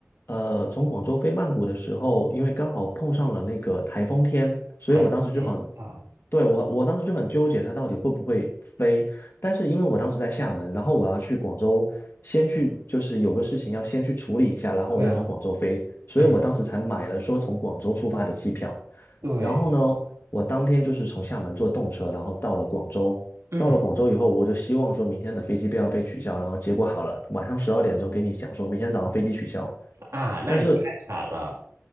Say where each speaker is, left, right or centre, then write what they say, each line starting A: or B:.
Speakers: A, on the left; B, on the right.
A: 呃，从广州飞曼谷的时候，因为刚好碰上了那个台风天，所以我当时就很，
B: 还不行啊。
A: 对，我我当时就很纠结它到底会不会飞，但是因为我当时在厦门，然后我要去广州，先去就是有个事情要先去处理一下，然后我再从广州飞，
B: 对啊，
A: 所以我当时才买了说从广州出发的机票。
B: 嗯对，
A: 然后呢，我当天就是从厦门坐动车，然后到了广州。
B: 嗯
A: 到了广州以后，我就希望说明天的飞机不要被取消，然后结果好了，晚上十二点钟给你讲说明天早上飞机取消，
B: 啊，那你太惨了，
A: 但是